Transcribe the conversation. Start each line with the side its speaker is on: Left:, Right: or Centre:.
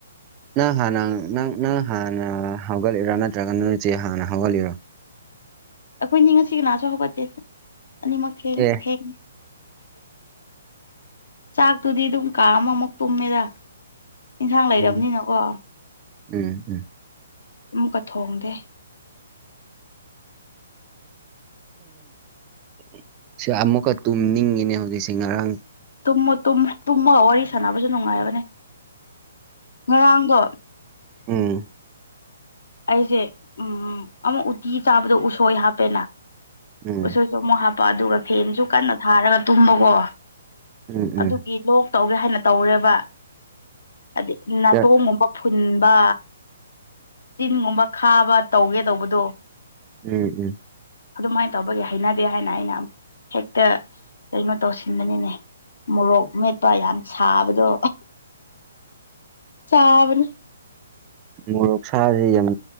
Right: ꯅꯪ ꯍꯥꯟꯅ ꯅꯪ ꯅꯪ ꯍꯥꯟꯅ ꯍꯧꯒꯠꯂꯤꯔꯣ ꯅꯠꯇ꯭ꯔꯒ ꯅꯪꯆꯦ ꯍꯥꯟꯅ ꯍꯧꯒꯠꯂꯤꯔꯣ
Left: ꯑꯩꯈꯣꯏꯅꯤ ꯉꯁꯤ ꯀꯅꯥꯁꯨ ꯍꯧꯒꯠꯠꯇꯦ ꯑꯅꯤꯃꯛ ꯊꯦꯡꯉꯤ
Right: ꯑꯦ
Left: ꯆꯥꯛꯇꯨꯗꯤ ꯑꯗꯨꯝ ꯀꯥ ꯑꯃꯃꯨꯛ ꯇꯨꯝꯃꯤꯗ ꯌꯦꯟꯁꯥꯡ ꯂꯩꯔꯕꯅꯤꯅꯀꯣ
Right: ꯎꯝ ꯎꯝ ꯎꯝ
Left: ꯑꯃꯨꯛꯀ ꯊꯣꯡꯗꯦ
Right: ꯎ ꯁꯤ ꯑꯃꯨꯛꯀ ꯇꯨꯝꯅꯤꯡꯉꯤꯅꯦ ꯍꯧꯖꯤꯛꯁꯦ ꯉꯔꯥꯡ
Left: ꯇꯨꯝꯃꯨ ꯇꯨꯝꯃꯒ ꯋꯥꯔꯤ ꯁꯥꯟꯅꯕꯁꯨ ꯅꯨꯡꯉꯥꯏꯕꯅꯦ ꯉꯔꯥꯡꯗꯣ
Right: ꯎꯝ
Left: ꯑꯩꯁꯦ ꯎꯝ ꯑꯃꯛ ꯎꯇꯤ ꯆꯥꯕꯗꯣ ꯎꯁꯣꯏ ꯍꯥꯞꯄꯦꯅ
Right: ꯎꯝ
Left: ꯎꯁꯣꯏ ꯑꯃꯨꯛ ꯍꯥꯞꯄ ꯑꯗꯨꯒ ꯐꯦꯟꯁꯨ ꯀꯟꯅ ꯊꯥꯔꯒ ꯇꯨꯝꯕꯀꯣ
Right: ꯎꯝ ꯎꯝ
Left: ꯑꯗꯨꯒꯤ ꯂꯣꯛ ꯇꯧꯒꯦ ꯍꯥꯏꯅ ꯇꯧꯔꯦꯕ ꯍꯥꯏꯗꯤ ꯅꯥꯇꯣꯡꯒꯨꯝꯕ
Right: ꯗ
Left: ꯐꯨꯟꯕ ꯆꯤꯟꯒꯨꯝꯕ ꯈꯥꯕ ꯇꯧꯒꯦ ꯇꯧꯕꯗꯣ
Right: ꯎꯝ ꯎꯝ
Left: ꯑꯗꯨꯃꯥꯏꯅ ꯇꯧꯕꯒꯤ ꯍꯩꯅꯗꯦ ꯍꯥꯏꯅ ꯑꯩꯅꯛ ꯍꯦꯛꯇ ꯀꯩꯅꯣ ꯇꯧꯁꯤꯟꯕꯅꯤꯅꯦ ꯃꯣꯔꯣꯛ ꯃꯦꯠꯄ ꯌꯥꯝ ꯁꯥꯕꯗꯣ ꯁꯥꯕꯅ
Right: ꯃꯣꯔꯣꯛ ꯁꯥꯕꯁꯤ ꯌꯥꯝ